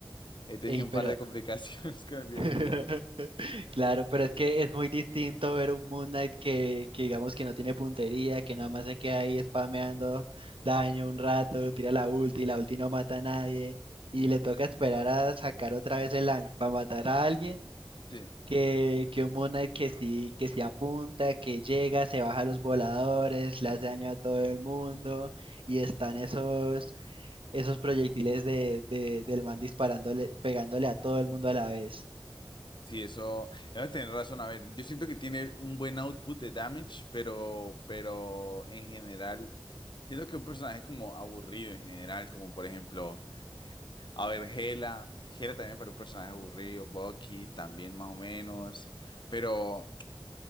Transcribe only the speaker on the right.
Ey,
pero.
<laughs>
Claro, pero es que es muy distinto ver un Moon Knight que, que digamos que no tiene puntería, que nada más se queda ahí spameando daño un rato, tira la ulti, la ulti no mata a nadie, y
le toca esperar a sacar otra vez el Lang para matar a alguien,
que, que un Moon Knight que sí, que sí apunta, que llega, se baja a los voladores, le
hace daño a todo el mundo, y están esos esos proyectiles de, de- del man disparándole, pegándole a todo el mundo a la vez.